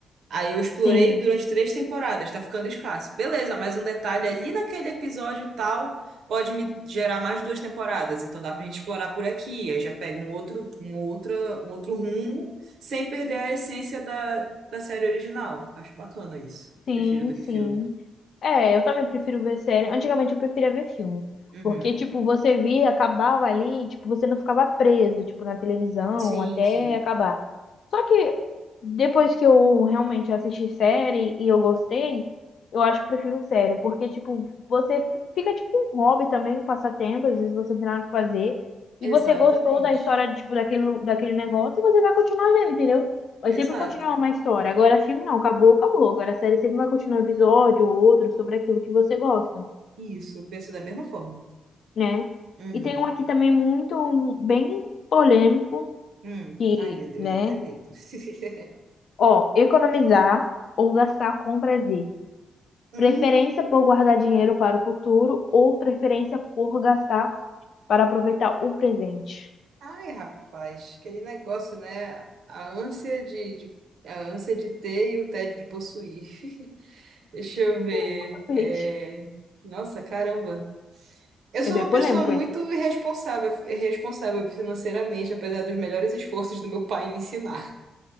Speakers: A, on the right; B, on the left.
A: Aí eu explorei
B: Sim.
A: durante três temporadas, tá ficando escasso. Beleza, mas um detalhe ali naquele episódio tal pode me gerar mais duas temporadas, então dá pra gente explorar por aqui. Aí já pega um outro, um outra, um outro rumo, sem perder a essência da, da série original. Acho bacana isso.
B: Sim,
A: Prefiro do que
B: sim.
A: filme.
B: É, eu também prefiro ver série. Antigamente eu preferia ver filme.
A: Uhum.
B: Porque, tipo, você via, acabava ali, tipo, você não ficava preso, tipo, na televisão
A: Sim,
B: até
A: sim.
B: acabar. Só que depois que eu realmente assisti série e eu gostei, eu acho que prefiro série. Porque, tipo, você fica tipo um hobby também, um passatempo, às vezes você não tem nada pra fazer.
A: Exatamente.
B: E você gostou da história, tipo, daquele, lu- daquele negócio, você vai continuar vendo, entendeu? Vai
A: Exato.
B: sempre continuar uma história. Agora, filme não, acabou, acabou. Agora, a série sempre vai continuar um episódio ou outro sobre aquilo que você gosta,
A: Isso, eu penso da mesma forma.
B: né?
A: Uhum.
B: E tem um aqui também muito, um, bem polêmico,
A: Hum.
B: e,
A: Ai, meu Deus,
B: né?
A: dá até medo. <laughs>
B: Ó, economizar ou gastar com prazer.
A: Hum.
B: Preferência por guardar dinheiro para o futuro ou preferência por gastar para aproveitar o presente.
A: Ai, rapaz, aquele negócio, né? A ânsia de, de- a ânsia de ter e o tédio de possuir. <laughs> Deixa eu ver.
B: Tapete.
A: É, Nossa, caramba. Eu sou
B: É bem
A: uma
B: polêmico
A: pessoa muito
B: esse.
A: irresponsável, irresponsável financeiramente, apesar dos melhores esforços do meu pai em me ensinar.